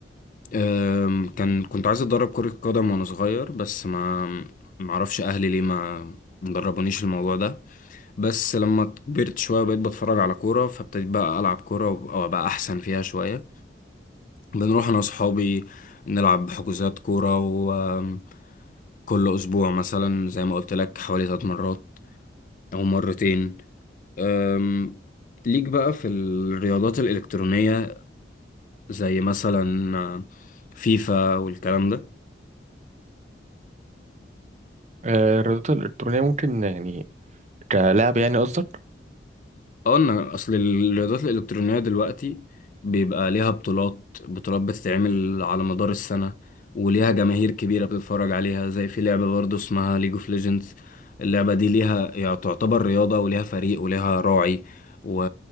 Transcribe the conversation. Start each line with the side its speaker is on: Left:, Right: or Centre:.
Left: أم، كان كنت عايز اتدرب كره قدم وانا صغير بس ما معرفش اهلي ليه ما مدربونيش الموضوع ده بس لما كبرت شوية بقيت بتفرج على كورة فابتديت بقى ألعب كورة أو أبقى أحسن فيها شوية بنروح أنا وصحابي نلعب حجوزات كورة وكل أسبوع مثلا زي ما قلت لك حوالي ثلاث مرات أو مرتين أم، ليك بقى في الرياضات الإلكترونية زي مثلا فيفا والكلام ده
Right: آه، الرياضات الإلكترونية ممكن يعني كلعب يعني قصدك
Left: قلنا اصل الرياضات الالكترونيه دلوقتي بيبقى ليها بطولات بطولات بتتعمل على مدار السنه وليها جماهير كبيره بتتفرج عليها زي في لعبه برضه اسمها ليج اوف ليجندز اللعبه دي ليها يعني تعتبر رياضه وليها فريق وليها راعي و...